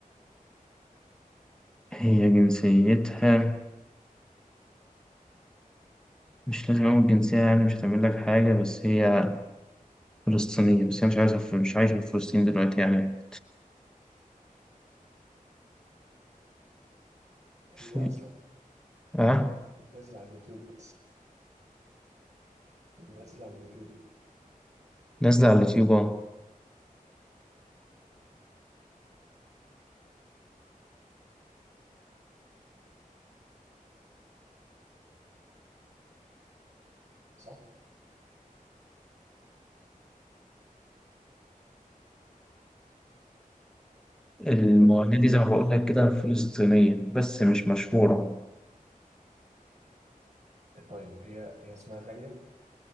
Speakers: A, in the centre; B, on the right (about 50°).
A: هي جنسيتها مش لازم أقول جنسية يعني مش هتعمل لك حاجة بس هي فلسطينية بس هي مش عايزة في مش عايشة في فلسطين دلوقتي يعني
B: هي
A: في
B: أصلا
A: أه
B: بتنزل على اليوتيوب بس بتنزل على اليوتيوب
A: نازلة على اليوتيوب أهو
B: صح؟
A: المغنية
B: المغنية ديت
A: دي زي ما بقول
B: آه،
A: لك كده
B: أنا
A: فلسطينية
B: آه،
A: بس مش
B: آه.
A: مشهورة
B: طيب هي هي اسمها غالية